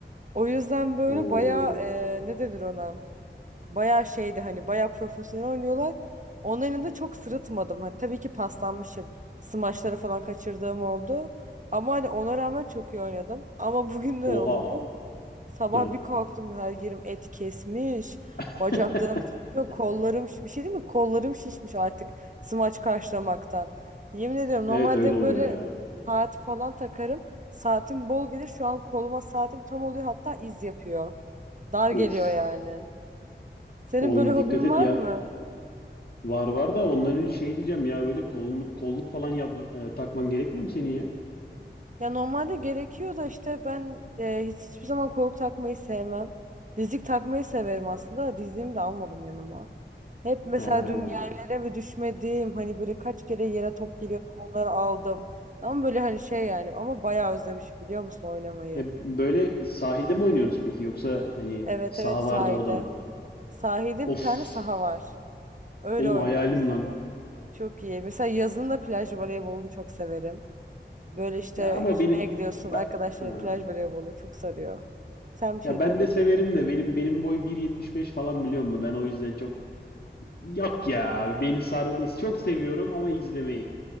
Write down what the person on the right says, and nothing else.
O yüzden böyle
bayağı eee, ne denir ona? Bayağı şeydi hani bayağı profesyonel oynuyorlar. Onların da çok sırıtmadım. Hani tabii ki paslanmışım. Smaçları falan kaçırdığım oldu. Ama hani ona rağmen çok iyi oynadım. Ama <laughs> bugün ne
oldu biliyor musun? Sabah
bir kalktım her yerim et kesmiş.
Bacaklarım tutmuyor, kollarım şiş- bir şey değil mi? Kollarım şişmiş artık smaç karşılamaktan. Yemin ediyorum normalde
böyle
saat falan takarım. Saatim bol gelir. Şu an koluma saatim tam oluyor hatta iz yapıyor. Dar geliyor
yani. Senin
böyle hobin
var
mı?
Ya normalde gerekiyor da işte ben e, hiç, hiçbir zaman koluk takmayı sevmem. Dizlik takmayı severim aslında da dizliğimi de almadım yanıma. Hep mesela
dün yerlere mi düşmediğim hani böyle kaç kere yere top geliyordu onları aldım. Tam böyle hani şey yani ama bayağı özlemiş biliyor musun oynamayı?
Evet
evet sahilde.
Sahilde
bir tane saha var. Öyle
oynuyoruz.
Çok iyi. Mesela yazın da plaj voleybolunu çok severim. Böyle işte
yüzmeye
gidiyorsun arkadaşlar
plaj voleybolu çok sarıyor. Sen bir
şey
diyordun.